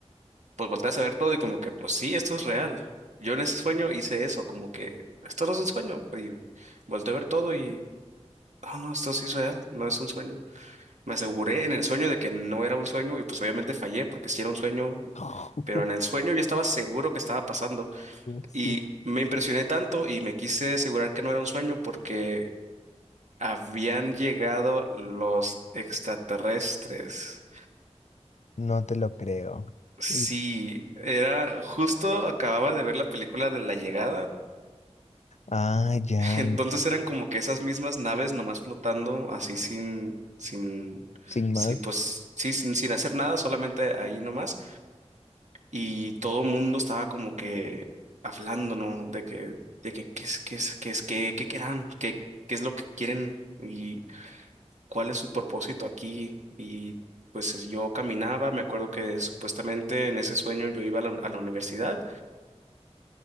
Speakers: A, on the right; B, on the left.
A: pues volteas a ver todo y como que pues sí, esto es real. Yo en ese sueño hice eso, como que esto no es un sueño. Y volteé a ver todo y, oh no, esto sí es real, no es un sueño. Me aseguré en el sueño de que no era un sueño y pues obviamente fallé porque sí era un sueño,
B: <laughs>
A: pero en el sueño yo estaba seguro que estaba pasando.
B: Sí.
A: Y me impresioné tanto y me quise asegurar que no era un sueño porque Habían llegado los extraterrestres.
B: No te lo creo.
A: Sí,
B: Y-
A: era justo acababa de ver la película de La Llegada,
B: Ah, ya.
A: <laughs> entonces eran como que esas mismas naves nomás flotando así sin, sin,
B: Sin
A: sí,
B: más.
A: pues sí, sin, sin hacer nada, solamente ahí nomás y todo el mundo estaba como que hablando, ¿no? De que, de que, qué es, qué es, qué es, qué, qué querrán, qué, qué es lo que quieren y cuál es su propósito aquí. Y pues es- yo caminaba, me acuerdo que supuestamente en ese sueño yo iba a la, a la universidad